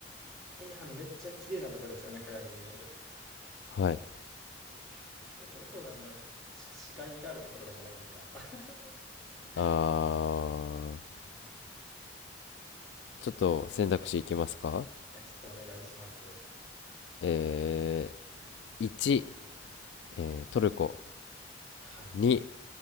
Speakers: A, in the centre; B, on the left.
A: えー、あの、めっちゃ綺麗なとこですよね、鏡に見える。
B: うはい。
A: えー、えーどこなんだろう。し視界があるとことかじゃないんですかあの <laughs>
B: あー。
A: 違うかな。うーん。い
B: ちょっと選択肢いきますか
A: やえちょっとお願いします。
B: えー、1、えートルコ
A: はい。
B: 2